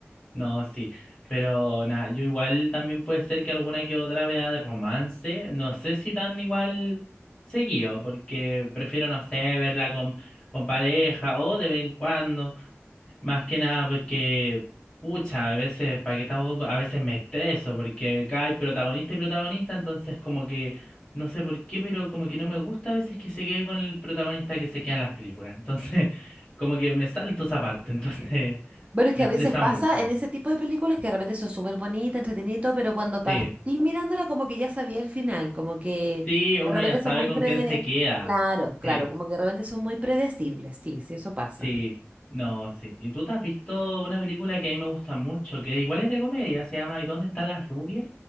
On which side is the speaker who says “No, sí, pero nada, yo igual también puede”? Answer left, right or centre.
Left